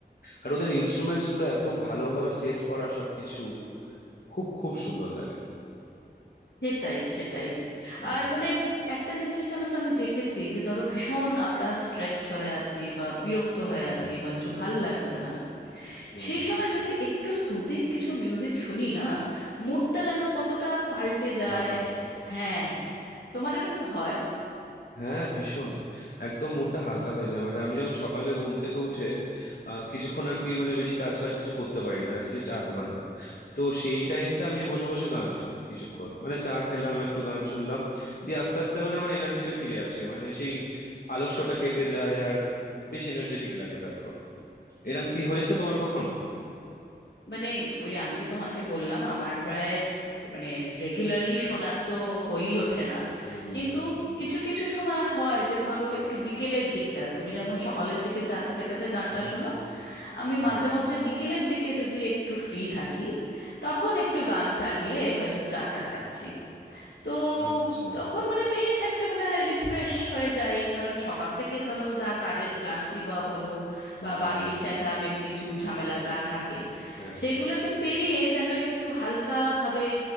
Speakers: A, on the left (about 60°); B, on the left (about 85°).
A: আর ওদের ইনস্ট্রুমেন্টস গুলো এত ভালোভাবে সেট করা সবকিছু খুব খুব সুন্দর লাগে
B: সেটাই সেটাই
A: হুম
B: আর মানে একটা জিনিস জানো তো আমি দেখেছি যে ধরো ভীষণ আমরা স্ট্রেসড হয়ে আছি বা বিরক্ত হয়ে
A: হুম
B: আছি বা কিছু ভাল লাগছে না
A: হুম
B: সেই সময় যদি একটু সুদিং কিছু মিউজিক শুনি না মুডটা যেন কতটা পাল্টে যায়
A: হালকা
B: হ্যাঁ তোমার এরকম হয়
A: হ্যাঁ ভীষণ একদম মুডটা হালকা হয়ে যায় মানে আমি যেমন সকালে ঘুম থেকে উঠে আহ, কিছুক্ষণ আর কি মানে বেশি কাজ ফাজ কিছু করতে পারি না অ্যাটলিস্ট আধ ঘন্টা তো সেই টাইমটা আমি বসে বসে গান শুনি কিছুক্ষণ মানে চা খেলাম একটু গান শুনলাম দিয়ে আস্তে আস্তে মানে আমার এনার্জিটা ফিরে আসে মানে সেই আলস্যটা কেটে যায় আর বেশ এনার্জেটিক লাগে তারপর এরম কি হয়েছে তোমার কখনো
B: মানে ওই আমি যে তোমাকে বললাম আমার প্রায় মানে রেগুলারলি শোনার তো হয়েই ওঠে না
A: হুম
B: কিন্তু
A: হুম
B: কিছু কিছু সময় হয় যে ধরো একটু বিকেলের দিকটা তুমি যেমন সকালের দিকে চা খেতে খেতে গানটা
A: হুম
B: শোনো আমি
A: হুম
B: মাঝে মধ্যে বিকেলের দিকে যদি একটু ফ্রি থাকি তখন একটু গান চালিয়ে হয়তো চাটা খাচ্ছি তো
A: আচ্ছা
B: তখন মানে বেশ একটা মানে রিফ্রেশ হয়ে যায় কারণ সকাল থেকে ধরো যা কাজের ক্লান্তি বা বলো বা
A: হুম
B: বাড়ির চেঁচামেচি ঝুট ঝামেলা যা থাকে
A: হ্যাঁ
B: সেগুলোকে পেরিয়ে যেন একটু হালকাভাবে